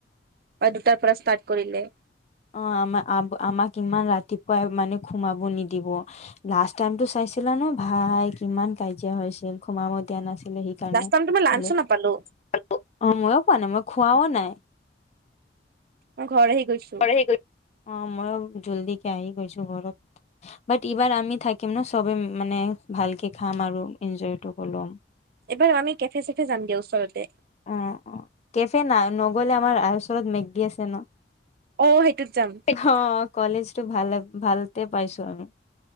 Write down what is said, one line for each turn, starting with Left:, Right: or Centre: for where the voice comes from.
Right: বা দুটাৰ পৰা ষ্টাৰ্ট কৰিলে।
Left: অ' আমা আব আমাক ইমান ৰাতিপুৱাই মানে সোমাব নিদিব আহ আহ। লাষ্ট টাইমটোত চাইছিলা ন ভাই কিমান কাজিয়া হৈছিল সোমাব দিয়া নাছিলে। তাৰ
Right: লাষ্ট
Left: নাম
Right: টাইম তোমাৰ লাঞ্চো
Left: হেল্ল',
Right: নাপালো
Left: হেল্ল' অ মইয়ো পোৱা নাই মই খোৱাও নাই।
Right: মই ঘৰ আহি গৈছো।
Left: ঠিকই অ' মইয়ো জল্দিকে আহি গৈছো ঘৰত। বাট এইবাৰ আমি থাকিম ন চবেই ম ম মানে ভালকে খাম আৰু এনজয়টো কৰলম।
Right: এইবাৰ আমি কেফে-চেফে যাম দিয়া ওচৰতে।
Left: অ', অ' কেফে না নগলে আমাৰ ওচৰত মেগী আছে ন।
Right: অ', অ সেইটোত যাম
Left: হ অ' অ অ, কলেজ টো ভাল ভালতে পাইছো আমি।